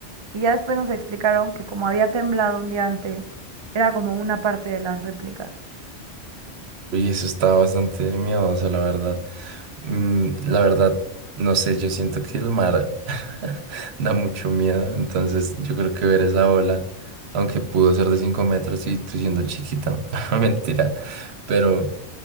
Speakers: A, on the right (about 50°); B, on the right (about 65°).
A: y ya después nos explicaron que como había temblado un día antes, era como una parte de las réplicas.
B: Uy, eso está bastante miedoso, la verdad. Mm, la verdad, no sé, yo siento que el mar <laughs> da mucho miedo, entonces yo creo que ver esa ola, aunque pudo ser de 5 metros y tú siendo chiquita, <laughs> mentira, pero